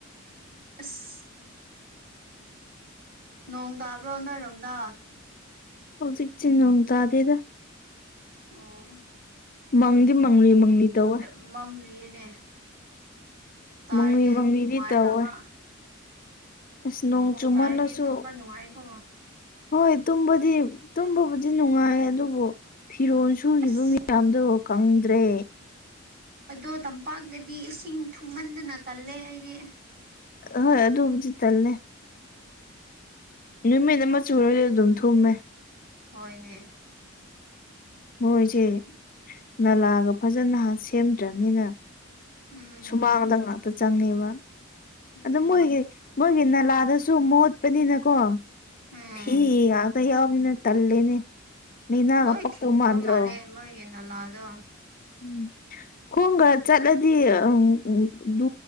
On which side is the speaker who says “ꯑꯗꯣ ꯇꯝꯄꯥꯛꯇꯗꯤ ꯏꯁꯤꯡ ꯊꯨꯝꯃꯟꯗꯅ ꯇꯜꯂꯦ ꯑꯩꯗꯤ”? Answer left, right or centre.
Right